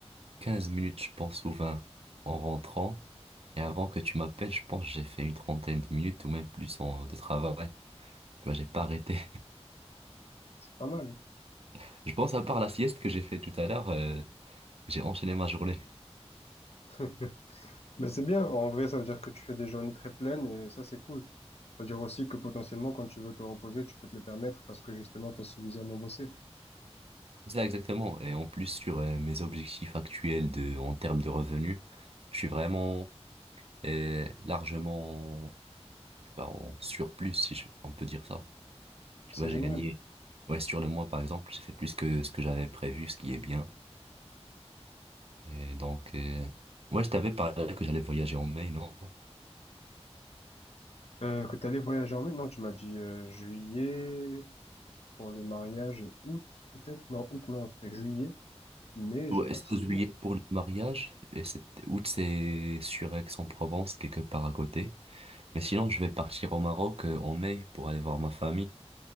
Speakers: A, on the right; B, on the left.
A: quinze minutes, je pense, ou 20 en rentrant. Et avant que tu m'appelles, je pense que j'ai fait une trentaine de minutes ou même plus en- de travail. Tu vois, j'ai pas arrêté.
B: c'est pas mal.
A: <laughs> Je pense à part la sieste que j'ai fait tout à l'heure, euh, j'ai enchaîné ma journée.
B: <laughs> Ben c'est bien, en vrai, ça veut dire que tu fais des journées très pleines et ça, c'est cool. Ça veut dire aussi que potentiellement, quand tu veux te reposer, tu peux te le permettre parce que justement, t'as suffisamment bossé.
A: C'est ça exactement. Et en plus sur euh, mes objectifs actuels de, en termes de revenus, je suis vraiment euh, largement je sais pas, en surplus, si je- on peut dire ça. Tu
B: C'est
A: vois, j'ai
B: génial.
A: gagné. Ouais, sur le mois, par exemple, j'ai fait plus que ce que j'avais prévu, ce qui est bien. Et donc, euh, ouais, je t'avais parlé que j'allais voyager en mai, non?
B: Euh, que t'allais voyager en mai? Non, tu m'as dit euh, juillet pour le mariage et août, peut-être? Non, août, non, c'était juillet, mais
A: Ouais,
B: j'ai pas
A: est-ce
B: le souvenir.
A: que juillet pour le mariage? Et c'est août, c'est sur Aix-en-Provence, quelque part à côté. Mais sinon, je vais partir au Maroc euh, en mai pour aller voir ma famille.